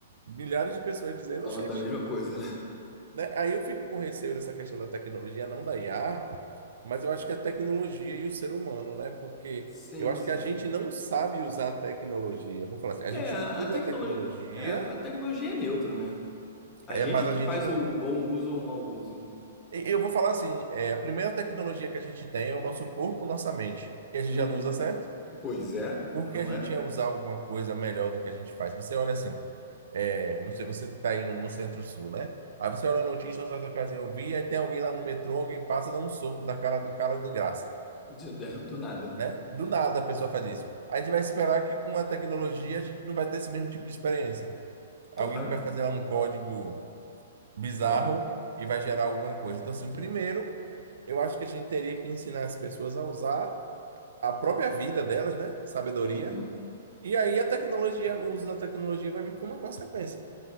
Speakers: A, on the right; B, on the left.
A: milhares de pessoas dizendo,
B: falando
A: gente,
B: da mesma coisa, né?
A: né? Aí eu fico com receio dessa questão da tecnologia, não da IA, mas eu acho que a tecnologia e o ser humano, né? Porque
B: Sim,
A: eu acho
B: sim.
A: que a gente não sabe usar a tecnologia. Vamos falar assim, a
B: É,
A: gente
B: a
A: usa
B: tecnologia,
A: a tecnologia,
B: é, a tecnologia é neutra, né? A
A: é,
B: gente
A: mas
B: é
A: a
B: que
A: gente
B: faz
A: não
B: o bom uso ou o mau uso.
A: E- Eu vou falar assim, é, a primeira tecnologia que a gente tem é o nosso corpo, nossa mente, que a gente
B: Uhum.
A: já não usa certo,
B: Pois é,
A: porque
B: não
A: a gente
B: é?
A: ia usar alguma coisa melhor do que a gente faz. Você olha assim, é, não sei, você está aí no, no Centro-Sul, né? Aí você olha a notícia, você vai casa eu vi, aí tem alguém lá no metrô, alguém passa, dá um soco na cara do cara de graça,
B: De- <laughs> do nada, né?
A: né? Do nada a pessoa faz isso. A gente vai esperar que com a tecnologia a gente não vai ter esse mesmo tipo de experiência.
B: Claro.
A: Alguém que vai fazer lá um código bizarro
B: É.
A: e vai gerar alguma coisa. Então, assim, primeiro Eu acho que a gente teria que ensinar as pessoas a usar a própria vida delas, né? Sabedoria.
B: Uhum.
A: E aí a tecnologia, o uso da tecnologia vai vir como uma consequência.